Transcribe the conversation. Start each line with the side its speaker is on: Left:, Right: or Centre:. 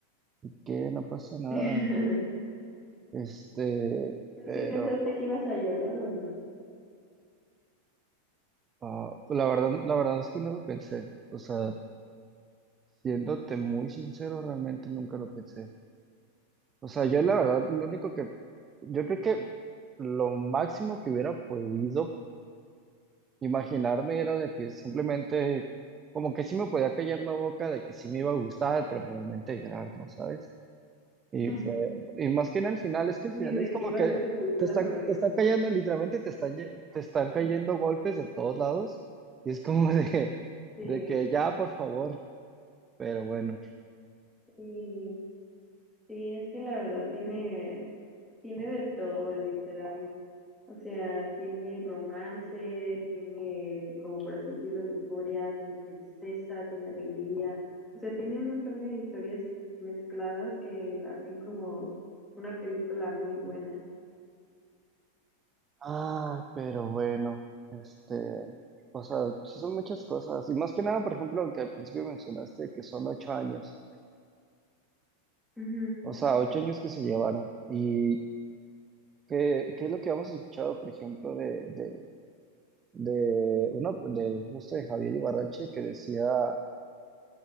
Right: ¿Qué? No pasa nada.
Centre: <laughs>
Right: Este,
Centre: ¿Tú
Right: pero
Centre: sí pensaste que ibas a llorar o no?
Right: ah, pues la verdad, la verdad es que no lo pensé. O sea, siéndote muy sincero, realmente nunca lo pensé. O sea, yo la verdad, lo único que, yo creo que lo máximo que hubiera podido Imaginarme era de que simplemente, como que sí me podía callar la boca de que sí me iba a gustar, pero realmente llorar, ¿no sabes? Y,
Centre: <laughs>
Right: fue- y más que en el final, es que el final
Centre: Ni
Right: es
Centre: de que
Right: como
Centre: iba
Right: que
Centre: a ser tu película
Right: te están,
Centre: favorita.
Right: te están cayendo, literalmente te están, ye- te están cayendo golpes de todos lados, y es como <laughs> de,
Centre: Sí,
Right: de que ya, por favor, pero bueno.
Centre: sí, sí, es que la verdad tiene, tiene de todo, literal. O sea, tiene romance, tiene, como por así decirlo, lujuria, tiene tristeza, tiene alegría. O sea, tiene un montón de historias mezcladas que la hacen como una película muy buena.
Right: Ah, pero bueno, este, o sea, sí son muchas cosas, y más que nada, por ejemplo, lo que al principio mencionaste, que son ocho años,
Centre: Ujú.
Right: o sea, ocho años que se llevaron, y ¿Qué, qué es lo que hemos escuchado, por ejemplo, de, de, de uno de justo de Javier Ibarrache que decía